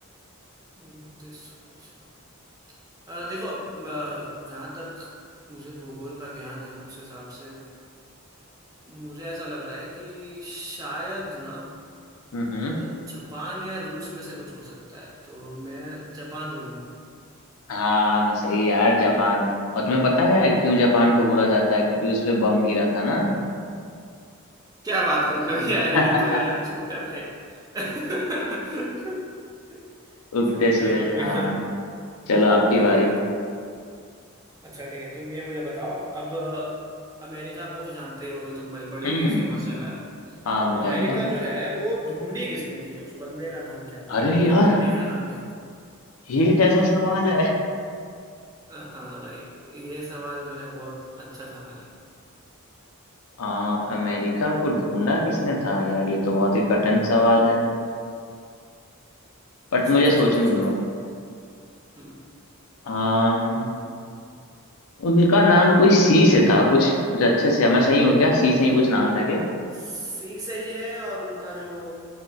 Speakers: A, on the right; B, on the left.
A: उगते सूरज का अ, देखो म, जहाँ तक मुझे भूगोल का ज्ञान है उस हिसाब से मुझे ऐसा लग रहा है कि शायद ना
B: हम्म हम्म
A: अ, जापान या रूस में से कुछ हो सकता है तो मैं जापान बोलूंगा
B: हाँ सही यार जापान और तुम्हें पता है क्यों जापान को बोला जाता है क्योंकि उस पे बम गिरा था ना
A: क्या बात कर रहे हो यार
B: <laughs>
A: ये तो यार झूठ है भाई <laughs>
B: उगते
A: चलो ठीक
B: सूरज
A: है कोई
B: हाँ
A: बात
B: चलो आपकी
A: नहीं
B: बारी
A: अच्छा ठीक है तुम ये मुझे बताओ अब अमेरिका को तो जानते ही होगे तुम भाई बड़ी
B: हम्म हम्म
A: फेमस जगह है
B: हाँ
A: तो
B: मैं जानता
A: अमेरिका
B: हूँ
A: जो है वो ढूंढी किसने थी उस बंदे का नाम क्या था
B: अरे
A: या
B: यार
A: बंदी का नाम क्या था
B: ये कैसा सवाल है
A: <laughs> हाँ भाई ये सवाल जो है बहुत अच्छा सवाल है
B: आ, अमेरिका को ढूंढा किसने था यार ये तो बहुत ही कठिन सवाल है बट
A: सोचो
B: मुझे सोचने
A: सोचो सोचो
B: दो
A: हम्म
B: आ, उनका नाम कोई सी से था कुछ मुझे अच्छे से मैं सही हूँ क्या सी से ही कुछ नाम था क्या
A: सी से ही है और उनका जो